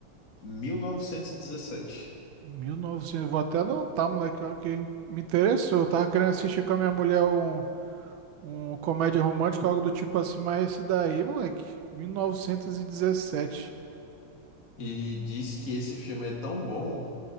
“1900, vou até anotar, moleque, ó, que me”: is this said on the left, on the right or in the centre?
Right